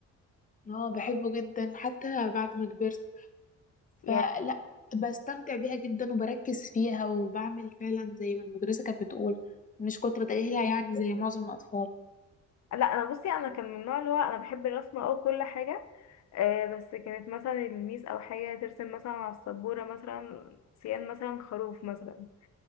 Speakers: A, on the left (about 25°); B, on the left (about 65°).
A: اه بحبه جدا حتى بعد ما كبرت
B: يعني
A: فلا كنت بستمتع بيها جدا وبركز فيها وبعمل فعلا زي ما المدرسة كانت بتقول مش كنت بتجاهلها يعني زي معظم الأطفال
B: لا انا بصي انا كان من النوع اللي هو انا بحب الرسم او كل حاجة آه بس كانت مثلا الميس او حاجه ترسم مثلا على السبوره مثلا سيان مثلا خروف مثلا